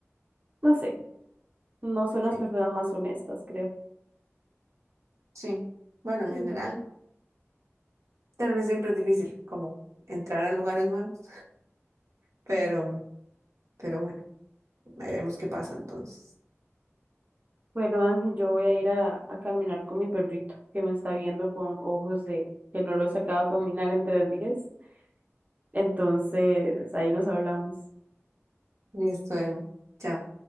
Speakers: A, on the right; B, on the right.
A: no sé, no son
B: Sí.
A: las personas más honestas, creo.
B: Sí. Bueno, en
A: Mm,
B: general. Tal vez siempre es difícil como entrar a lugares nuevos, pero,
A: sí.
B: pero bueno, veremos qué pasa entonces.
A: Bueno, Ángel, yo voy a ir a, a caminar con mi perrito que me está viendo con ojos de que no lo he sacado a caminar en tres días. Entonces, ahí nos hablamos.
B: Listo, em, chao.